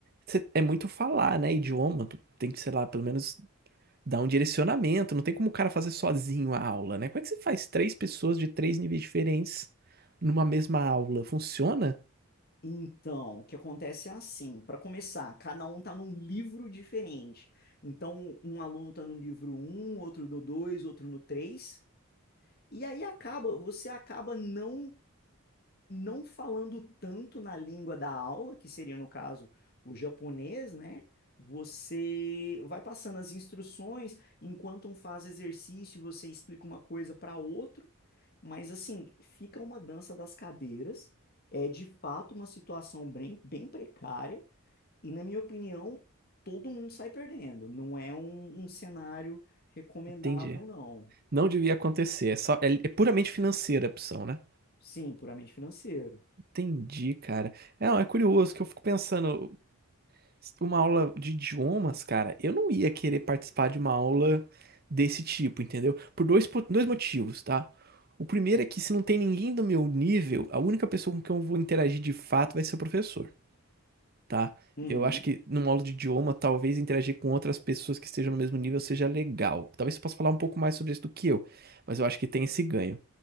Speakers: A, on the right; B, on the left.
A: você- é muito falar, né? Idioma, tu tem que, sei lá, pelo menos dá um direcionamento, não tem como o cara fazer sozinho a aula, né? Como é que você faz três pessoas de três níveis diferentes numa mesma aula? Funciona?
B: Então, o que acontece é assim, para começar, cada um está num livro diferente. Então, um aluno está no livro um, outro no 2, outro no 3. e aí acaba, você acaba não não falando tanto na língua da aula, que seria no caso o japonês, né? Você vai passando as instruções, enquanto um faz exercício, você explica uma coisa para outro, mas assim, fica uma dança das cadeiras. É de fato uma situação bem, bem precária, e na minha opinião, todo mundo sai perdendo. Não é um, um cenário recomendável,
A: Entendi.
B: não.
A: Não devia acontecer, é só é, é puramente financeira a opção, né?
B: Sim, puramente financeiro.
A: Entendi, cara. É, não, é curioso que eu fico pensando, uma aula de idiomas, cara, eu não ia querer participar de uma aula desse tipo, entendeu? Por dois, po- dois motivos, tá? O primeiro é que se não tem ninguém do meu nível, a única pessoa com quem eu vou interagir de fato vai ser o professor. tá?
B: Uhum,
A: Eu acho que numa aula de idioma, talvez interagir com outras pessoas que estejam no mesmo nível seja legal. Talvez você possa falar um pouco mais sobre isso do que eu, mas eu acho que tem esse ganho.